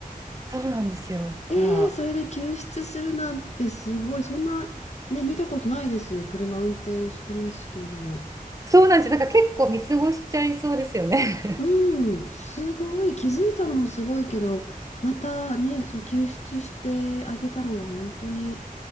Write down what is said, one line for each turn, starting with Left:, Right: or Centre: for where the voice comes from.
Right: そうなんですよだから
Left: ええ、それで救出するなんてすごい。そんな、ね、見たことないです。車運転してますけど。
Right: そうなんですよなんか結構見過ごしちゃいそうですよね。
Left: うん、すごい。気づいたのもすごいけど、またね、そう、救出してあげたのが本当に